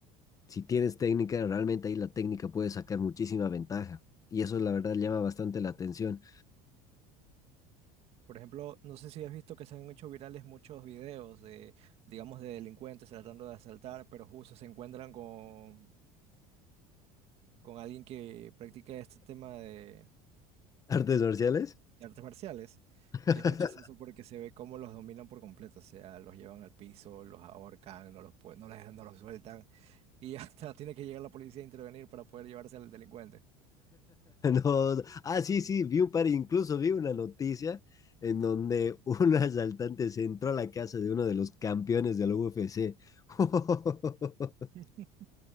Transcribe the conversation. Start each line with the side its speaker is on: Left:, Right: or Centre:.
Left: si tienes técnica, realmente ahí la técnica puede sacar muchísima ventaja. Y eso la verdad llama bastante la atención.
Right: Por ejemplo, no sé si has visto que se han hecho virales muchos videos de, digamos, de delincuentes tratando de asaltar, pero justo se encuentran con, con alguien que practica este tema de,
Left: ¿Artes marciales?
Right: de artes marciales.
Left: <laughs>
Right: Y es muy chistoso porque se ve cómo los dominan por completo. O sea, los llevan al piso, los ahorcan, no los, pue- no les- no los sueltan. Y <laughs> hasta tiene que llegar la policía a intervenir para poder llevarse al delincuente.
Left: No, ah, sí, sí, vi un par, incluso vi una noticia en donde <laughs> un asaltante se entró a la casa de uno de los campeones de la UFC. <laughs>
Right: <laughs>